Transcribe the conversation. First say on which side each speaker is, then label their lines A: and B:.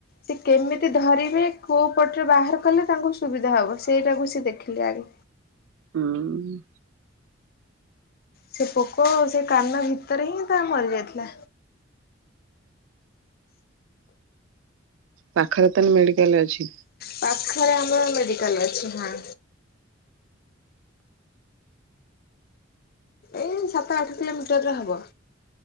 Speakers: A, on the left; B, on the right.
A: ସେି କେମିତି ଧରିବେ କୋଉ ପଟରେ ବାହାର କଲେ ତାଙ୍କୁ ସୁବିଧା ହବ। ସେଇଟାକୁ ସେ ଦେଖିଲେ ଆଗେ।
B: ହୁଁ।
A: ସେ ପୋକ ସେ କାନ ଭିତରେ ହିଁ ତା ମରି ଯାଇଥିଲା।
B: ପାଖରେ ତାଲେ ମେଡିକାଲ୍ ଅଛି।
A: ପାଖରେ ଆମର ମେଡିକାଲ୍ ଅଛି ହଁ। ଏଇ ସାତ ଆଠ କିଲୋମିଟର ରେ ହବ।